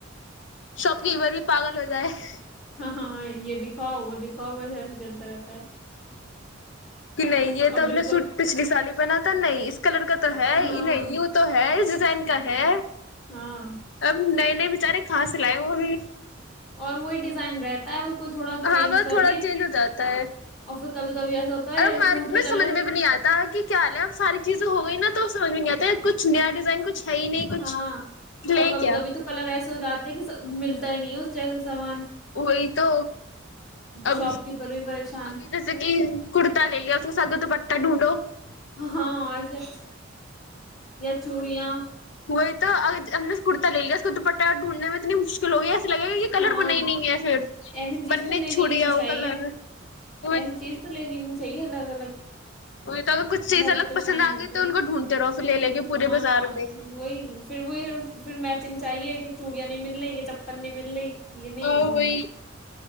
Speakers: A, on the left; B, on the left.
A: شاپ کیپر بھی پاگل ہو جائے ہ
B: ہاں ہاں یہ دکھاؤ وہ دکھاؤ ویسے ایسا چلتا رہتا ہے
A: کہ نہیں یہ
B: اور
A: تو اب
B: بالکل
A: نے سوٹ پچھلی سال ہی پہنا تھا نہیں اس کلر کا تو ہے
B: ہاں
A: نہیں وہ تو ہے اس ڈیزائن کا ہے
B: ہاں
A: اب نئے نئے بیچارے کا س لائے وہ بھی <unintelligible>
B: اور وہی ڈیزائن رہتا ہے اس کو تھوڑا چینج
A: ہاں بس
B: کر
A: تھوڑا
B: کے
A: چینج ہو جاتا ہے
B: اور پھر کبھی کبھی ایسا ہوتا
A: ا
B: ہے
A: اب مارکیٹ
B: سوٹ
A: میں
B: کے کلر
A: سمجھ میں بھی نہیں آتا کہ کیا لیں اب ساری چیزیں ہو گئی نا تو سمج میں نہیں آتا کچھ نیا ڈیزائن کچھ ہے ہی نہیں کچھ
B: ہاں
A: لے
B: اور کبھی
A: کیا
B: کبھی تو کلر ایسے ہو جاتا لیک سب ملتا ہی نہیں ہے اس جیسا سامان
A: وہی تو اب
B: شاپ کیپر بھی پریشان
A: ابھی جس کہ کڑتا آ لی اس سا تو پٹتاہ ڈھونڈ ہو <unintelligible>
B: ہاں ایسے یا چوڑیاں
A: ہوئے تو اگر ہم نے ک کررتا لے لیا اس کو دوپٹہ اور ڈھونڈ میں اتنی مشکل ہوگی لگے گا کہ کلر
B: ہاں
A: بنا ہی نہیں ہے پھر
B: ایسی چیز
A: بننے
B: تو لینی
A: چوڑی
B: نہیں
A: آؤ
B: چاہیے
A: گل <unintelligible>
B: ایسی چیز تو لینی چاہیے نا الگ الگ
A: وہی تو اگر کچھ چیز
B: بہت
A: الگ
B: پریشانی
A: پسند آ
B: ہوتی
A: گئی تو
B: ہے
A: ان کو ڈھونڈتے رہو پھر لے لے کے پورے
B: ہاں
A: بازار میں
B: وہی پھر وہی پھر میچنگ چاہیے کہ چوڑیاں نہیں ملے گی چپل نہیں مل رہ گی یہ نہیں
A: اور
B: وہ
A: وہی
B: نہیں